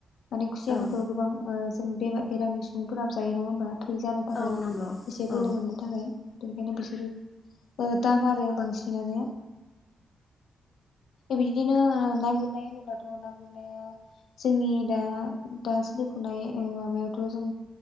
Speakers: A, on the left; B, on the left.
A: माने खुसियाफोरखौ
B: औ
A: गोबां ओ जों बे बेरामि सुबुंफोराबो जायो नङा होनबा थै जानो थाखाय
B: औ नंगौ औ नंगौ औ नंगौ
A: एसे
B: औ
A: बोलो मोननो थाखाय बेनिखायनो बिसोरो ओ दाम आरो बांसिनानो बिदिनो ना गुरनाय होनोबाथ ना गुरनाया जोंनि दा दा सोलिफुनाय ओ माबायावथ' जों